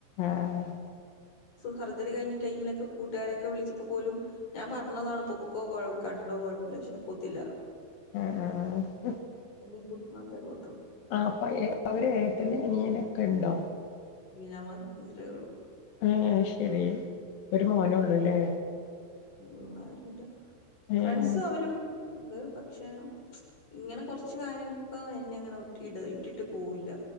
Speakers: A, on the left (about 70°); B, on the left (about 40°).
A: ആഹ് ആഹ്
B: സർജറി കഴിഞ്ഞ ടൈമിലൊക്കെ കൂട്ടുകാരൊക്കെ വിളിച്ചപ്പോ പോലും ഞാൻ പറഞ്ഞതാണ് പൊക്കോ കൊഴ് കണ്ടോ ഇപ്പൊ കൊഴപ്പ്ല്ല ക്ഷെ പൂത്തില്ല
A: എ എ എ
B: അനിംക്കുട്ട്മാത്തെ പോ
A: ആ പ അവര് ഏട്ടന്നെ അനിയനൊക്കെ ഇണ്ടോ
B: ഈനാമാത് ഇത്രേ ഉള്ളൂ
A: ആഹ് ശെരി ഒരു മോനൊള്ളൂല്ലേ
B: യൊ ആരുല്ല
A: ഏഹ്
B: ഫ്രണ്ട്സ് അവര് ണ്ട് പക്ഷെ ഇങ്ങനെ കൊറ്ച്ച് കാര്യങ്ങൾക്ക എന്നെ അങ്ങനെ ഇട ഇട്ടിട്ട് പോവില്ല